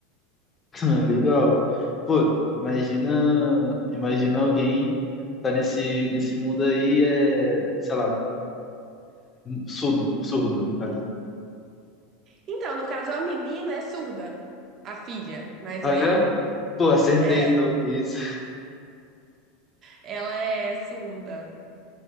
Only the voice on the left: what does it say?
<laughs> Legal. Pô, imagina. Imagina alguém tá nesse, nesse mundo aí, é, sei lá, surdo, surdo, no caso.
Ah,
é? Pô, acertei,
então, que isso.